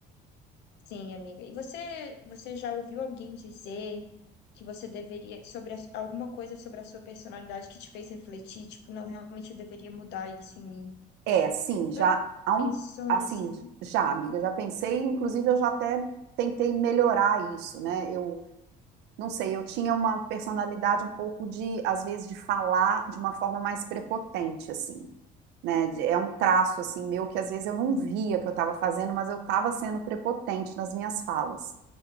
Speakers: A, on the left; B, on the right.
A: Sim, amiga. E você, você já ouviu alguém dizer que você deveria, sobre a- alguma coisa sobre a sua personalidade que te fez refletir, tipo, não, realmente eu deveria mudar isso em mim?
B: É, sim, já
A: Já
B: há
A: pensou
B: um, assim,
A: nesse?
B: já, amiga, já pensei, inclusive eu já até tentei melhorar isso, né? Eu não sei, eu tinha uma personalidade um pouco de, às vezes, de falar de uma forma mais prepotente, assim. né? de- É um traço assim meu que às vezes eu não via que eu estava fazendo, mas eu estava sendo prepotente nas minhas falas.